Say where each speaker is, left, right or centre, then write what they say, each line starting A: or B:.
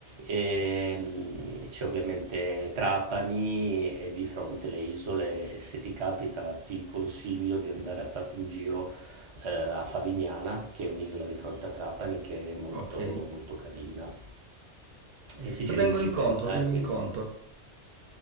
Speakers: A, on the right (about 45°); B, on the right (about 65°).
A: ehm, c'è ovviamente Trapani e di fronte le isole. Se ti capita, ti consiglio di andare a farti un giro eh, a Favignana, che è un'isola di fronte a Trapani che è molto,
B: ok.
A: molto carina e si
B: Lo
A: gira
B: tengo
A: in bicicletta,
B: in conto, lo tengo
A: eh, quindi.
B: in conto.